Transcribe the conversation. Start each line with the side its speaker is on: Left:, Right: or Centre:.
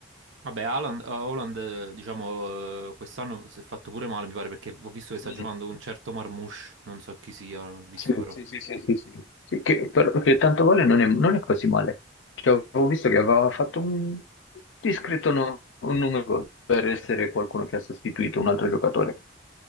Right: Vabbè, Haaland, eh, Haaland, eh, diciamo, eh, quest'anno si è fatto pure male, mi pare, perché ho visto che sta
Left: Mm.
Right: giocando un certo Marmoush, non so chi sia, ho visto
Left: Sì,
Right: però.
Left: sì, sì, sì, sì, sì. Sì, che, per- che tanto vale non è, non è così male. Cioè, avevo visto che aveva fatto un discreto no- un numero gol per essere qualcuno che ha sostituito un altro giocatore.